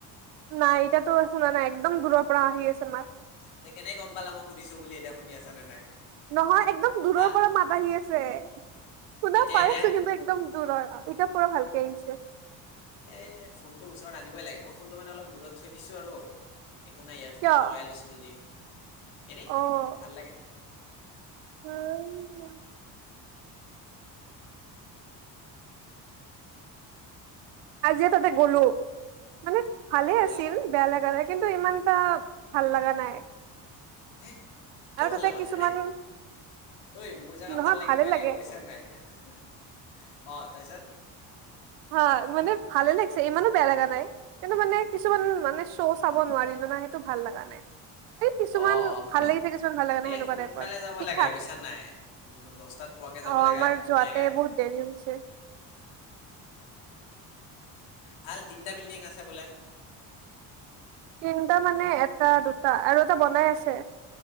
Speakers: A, on the right; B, on the left.
A: নাই এতিয়াটো শুনা নাই একদম দূৰৰ পৰা আহি আছে মাত।
B: তে কেনেকে গম পালা মই সুধিছো বুলি এতিয়া শুনি আছা নে নাই।
A: নহয় একদম দূৰৰ
B: হা
A: পৰা মাত আহি আছে। শুনা
B: এতিয়া
A: পাই
B: এতিয়া
A: আছো কিন্তু একদম দূৰৰ এতিয়া পুৰা ভালকে আহিছে।
B: এ ফোনটো ওচৰত আনিবই লাগে মই ফোনটো মানে অলপ দূৰত থৈ দিছো আৰু। একো নাই ইয়াৰফোনটো
A: কিয়
B: লগাই লৈছা যদি। এনে
A: অ'
B: ভাল লাগে।
A: <unintelligible> আজিয়ে তাতে গ'লো মানে ভালে
B: অ গ'লা
A: আছিল বেয়া লাগা নাই। কিন্তু ইমান এটা ভাল লাগা নাই।
B: হে। কিয়
A: আৰু
B: ভাল
A: তাতে
B: লগা
A: কিছুমান।
B: নাই আৰে ঐ মোৰ জাগা
A: নহয়
B: ভাল লাগিবই
A: ভালে লাগে
B: লাগিব বুজিছা নে নাই অ তাৰপিছত।
A: হা মানে। ভালে লাগিছে ইমানো বেয়া লাগা নাই কিন্তু মানে কিছুমান মানে শ্ব' চাব নোৱাৰিলো না সেইটো ভাল লগা নাই। এই কিছুমান
B: অ অ
A: ভাল লাগিছে
B: অ
A: কিছুমান ভাল লাগা নাই
B: এ
A: সেনেকুৱা
B: সোনকালে
A: টাইপৰ
B: যাব
A: ঠিক
B: লাগে
A: থাক।
B: বুজিছা নাই ন- দহটাত পোৱাকে
A: অ',
B: যাব লাগে
A: আমাৰ
B: ধুনীয়াকে
A: যোৱাতে বহুত দেৰি হৈছে।
B: ভাল তিনিটা বিল্ডিং আছে বোলে।
A: তিনিটা মানে এটা, দুটা আৰু এটা বনাই আছে।